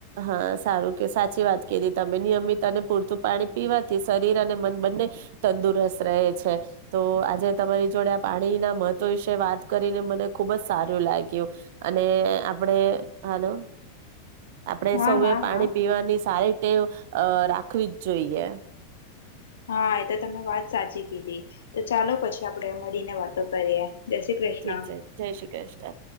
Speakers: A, on the right (about 50°); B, on the left (about 65°).
A: હા સારું કે સાચી વાત કધી તમે નિયમિત અને પૂરતું પાણી પીવાથી શરીર અને મન બંને તંદુરસ્ત રહે છે તો આજે તમારી જોડે પાણીના મહત્વ વિશે વાત કરીને મને ખુબ જ સારું લાગ્યું અને આપણે હાલો? આપણે
B: હા
A: સૌએ
B: હા
A: પાણી
B: હા
A: પીવાની સારીીતેટે રાખવી જ જોઈએ.
B: હા એ તો તમે વાત સાચી કીધી તો ચાલો પછી આપડે મળીને વાતો કરીએ. જય શ્રી કૃષ્ણ
A: ઠીક છે જય શ્રી કૃષ્ણ.